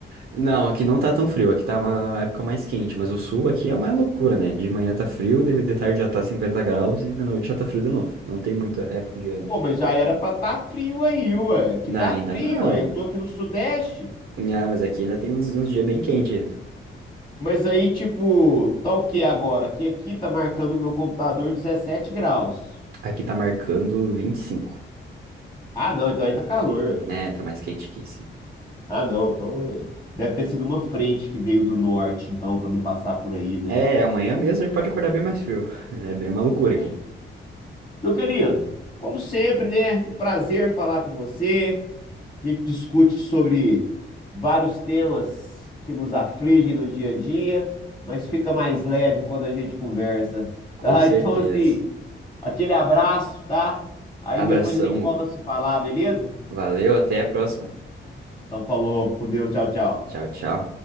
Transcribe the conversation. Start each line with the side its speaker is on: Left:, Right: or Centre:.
Right: Não, aqui não tá tão frio, aqui tá uma uma época mais quente, mas o sul aqui é uma loucura, né? De manhã tá frio, de de tarde já tá 50 graus e de noite já tá frio de novo. Não tem muita época de ano
Left: Pô,
Right: aqui.
Left: mas já era pra tá frio aí, ué. Que
Right: Não,
Left: tá
Right: ainda
Left: frio,
Right: não.
Left: ué. Eu tô aqui no Sudeste.
Right: Ah, mas aqui ainda tem uns, uns dias bem quentes ainda.
Left: Mas aí, tipo, tá o que agora? Que aqui tá marcando o meu computador 17 graus.
Right: Aqui tá marcando 25,
Left: Ah, não, então aí tá calor, velho.
Right: né? Tá mais quente aqui, sim.
Left: Ah, não, então é, deve ter sido uma frente que veio do norte, então, pra não passar por aí, né?
Right: É, amanhã mesmo a gente pode acordar bem mais frio. <laughs> É bem uma loucura
Left: É.
Right: aqui.
Left: Meu querido, como sempre, né? Um prazer falar com você. A gente discute sobre vários temas que nos afligem no dia a dia, mas fica mais leve quando a gente conversa,
Right: Com
Left: tá?
Right: certeza.
Left: <laughs> Então, assim, Aquele abraço, tá? Aí
Right: Abração,
Left: depois a gente volta
Right: Hugo.
Left: a se falar, beleza?
Right: Valeu, até a próxima.
Left: Então falou, com Deus, tchau, tchau.
Right: Tchau, tchau.